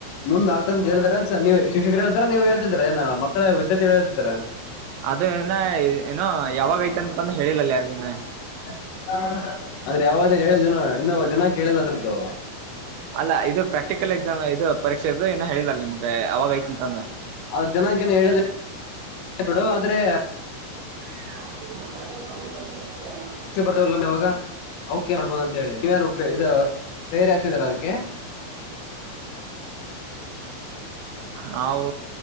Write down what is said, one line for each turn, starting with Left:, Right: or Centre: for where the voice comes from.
Left: ನಂದ್ ಆತ ಅಂತ ಹೇಳಿದಾರ ಸ ನೀವು ಶಿಕ್ಷಕರು ಹೇಳತಾರಾ ನೀವು ಹೇಳ್ತಿದರಏ ಮಕ್ಕಳೇ ವಿದ್ಯಾರ್ಥಿ <unintelligible> ಹೇಳ್ಿದೀಾ
Right: ಅದ ಏನ ಏನೋ ಯಾವಾಗ ಐತೆ ಅಂತಾನ ಹೇಳಿಲ್ಲಲ್ಲಿ ಯಾರಿಗಿನ್ನ
Left: <inaudible> ಅಂದ್ರೆ ಯಾವಾಗಂತ ಹೇಳಿಲ್ಲ ಜನ ಇನ್ನು ಜನ ಕೇಳಿಲ್ಲ ಅದ್ರದ್ದು
Right: ಅಲ್ಲ ಇದು ಪ್ರಾಕ್ಟಿಕಲ್ ಎಕ್ಸಾಮ್ ಇದು ಪರೀಕ್ಷೆ ಇದು ಏನೋ ಹೇಳಿಲ್ಲಲ್ಲ ನಿಮ್ಗೆ ಅವಾಗ ಐತಿ ಅಂತಂದು
Left: ಅದ ದಿನಂಕನ ಹೇಳ ಬಿಡು ಆದ್ರೆ
Right: ಹ <inaudible>
Left: <unintelligible> <inaudible> ಯವಾಗ ಅವಕೆ ಮಾಡೋ್ಬೋದು ಅಂತ ಹೇಳಿ ನೀವಾರ ಇದ ತೈರಿ ಆಗ್ತಿದಾರ ಅದಕ್ಕೆ
Right: ನಾವು